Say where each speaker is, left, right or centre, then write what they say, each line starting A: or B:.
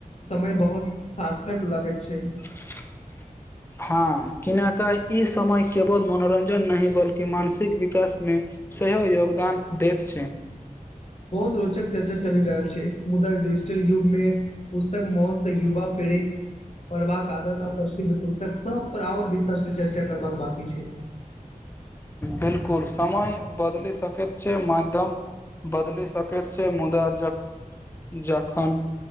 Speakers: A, on the left; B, on the left.
A: समय बहोत सार्थक लगैत छै
B: <inaudible> हँ किनाकऽ ई समय केवल मनोरंजन नहि बल्कि मानसिक विकासमे सेहो योगदान दैत छै
A: बहुत रोचक चर्चा चलि रहल छै मुदा डिजिटल युगमे पुस्तक महत्व युवा पीड़ि पढ़बाक आदत आ प्रसिद्ध पुस्तक सब पर आओर विस्तर से चर्चा करबाक बाकी छै
B: बिलकुल समय बदलि सकैत छै माध्यम बदलि सकैत छै मुदा ज - जखन